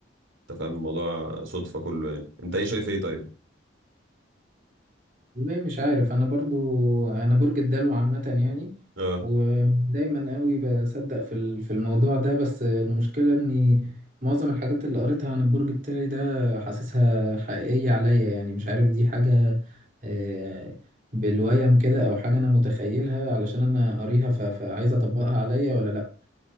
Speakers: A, on the right; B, on the right.
A: انت فاهم الموضوع صدفة كله يعني انت ايه شايف ايه طيب؟
B: والله مش عارف انا برضو انا برج الدلو عامة يعني
A: اه
B: ودايما قوي بصدق في ال- في الموضوع ده بس المشكلة اني معظم الحاجات اللي قريتها عن البرج بتاعي ده حاسسها حقيقية عليا يعني مش عارف دي حاجة آه، بالويم كده او حاجة انا متخيلها علشان انا قاريها ف- فعايز اطبقها عليا ولا لا